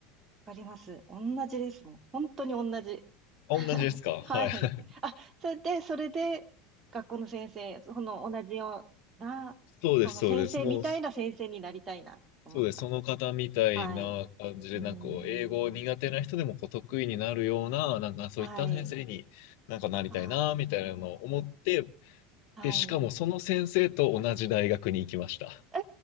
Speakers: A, on the right; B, on the left.
A: わかります。同じですね。本当に同じ。
B: あ、
A: <laughs>
B: 同じですかはい。
A: はい。あ、それで、それで、学校の先生、その同じような、
B: そうです、
A: その先生みたいな先生になりたいな、
B: そうです。もう、
A: と思った。
B: そうです。その方みたいな感じで、
A: はい。うーん。
B: なんかこう英語苦手な人でもこう得意になるような、なんかそういった先生になんかなりたいな、
A: はい。あ
B: みたいなのを思って、
A: あ、はい。
B: で、しかもその先生と同じ大学に行きました。
A: え、